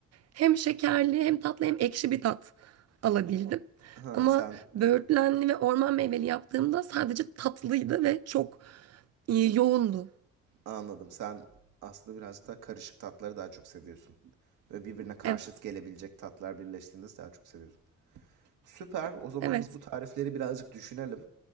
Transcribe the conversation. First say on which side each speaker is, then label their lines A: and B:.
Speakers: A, on the right (about 55°); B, on the right (about 85°).
A: hem şekerli hem tatlı hem ekşi bir tat alabildim.
B: Ha
A: Ama
B: sen
A: böğürtlenli ve orman meyveli yaptığımda sadece tatlıydı ve çok e, yoğundu.
B: anladım. Sen aslında birazcık daha karışık tatları daha çok seviyorsun. Böyle birbirine karşıt
A: Evet,
B: gelebilecek tatlar birleştiğinde daha çok seviyorsun. Süper. O zaman
A: evet.
B: biz bu tarifleri birazcık düşünelim.